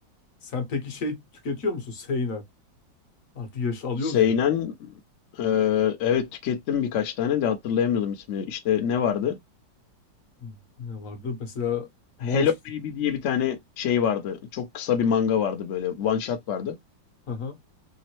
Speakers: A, on the left (about 55°); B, on the left (about 80°).
A: Sen peki şey tüketiyor musun? Seinen. Artık yaş alıyoruz
B: Seinen...
A: ya.
B: e, evet tükettim birkaç tane de hatırlayamıyordum ismini. İşte ne vardı?
A: Hmm, Ne vardı? Mesela Monster.
B: Hello Baby diye bir tane şey vardı. Çok kısa bir manga vardı böyle. One shot vardı.
A: Hı hı.